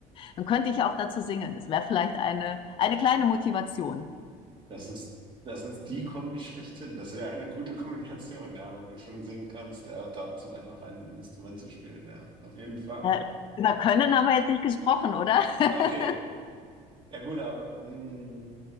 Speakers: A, on the left; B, on the right.
A: dann könnte ich ja auch dazu singen. Das wäre vielleicht eine, eine kleine Motivation.
B: Das ist, das ist die Kombi schlechthin. Das wäre eine gute Kombination, ja, wenn du schon singen kannst, ja, dazu ein- noch ein Instrument zu spielen, ja, auf jeden Fall.
A: Äh, über Können haben wir jetzt nicht gesprochen, oder? <laughs>
B: Okay, ja gut, aber hm,